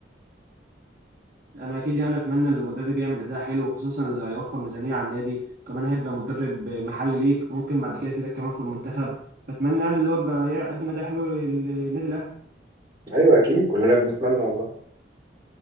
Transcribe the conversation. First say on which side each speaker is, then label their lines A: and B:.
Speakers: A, on the right; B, on the right.
A: انا اكيد يعني اتمنى ان المدرب يعمل اداء حلو خصوصا اللي هيوفر ميزانية على النادي كمان هيبقى مدرب محلي ليك ممكن بعد كده يفيدك كمان في المنتخب فاتمنى يعني اللي هو يبقى يقدم اداء حلو للنادي الاهلي
B: ايوه اكيد كلنا بنتمنى والله